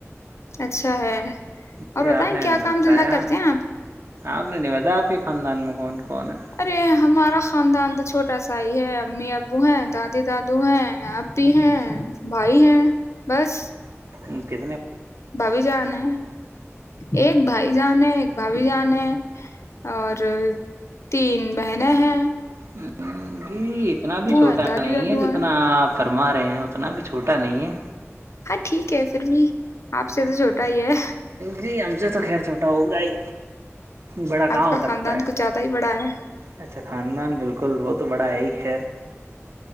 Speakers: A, on the left; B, on the right.
A: اچھا ہے اور
B: جی
A: بتائیں
B: آپ نے
A: کیا
B: نہیں
A: کام
B: بتایا
A: دھندا کرتے ہیں آپ
B: آپ نے نہیں بتایا آپ کے خاندان میں کون کون ہے
A: ارے ہمارا خاندان تو چھوٹا سا ہی ہے امی ابو ہیں دادی دادو ہیں ای ہیں بھائی ہیں بس
B: اوکے
A: بب جانان ایک بھائی جان ہے ایک بھبھی جان ہے اور تین بہن ہن
B: ہ <inaudible> جی اتنا بھی چھوٹا
A: ہیں دادی
B: نہیں
A: دادو
B: ہے
A: ہیں
B: جتنا آپ فرما رہے ہیں اتنا بھی چھوٹا نہیں ہے
A: ہاں ٹھیک ہے پھر بھی آپ سے تو چھوٹا ہی ہے
B: جی ہم سے تو خیر چھوٹا ہوگا ہی بڑا کہاں
A: آپ کا
B: ہو سکتا
A: خاندان
B: ہے
A: کچھ زیادہ ہی بڑا ہے
B: اچھا خاندان بالکل وہ تو بڑا ہے ہی خیر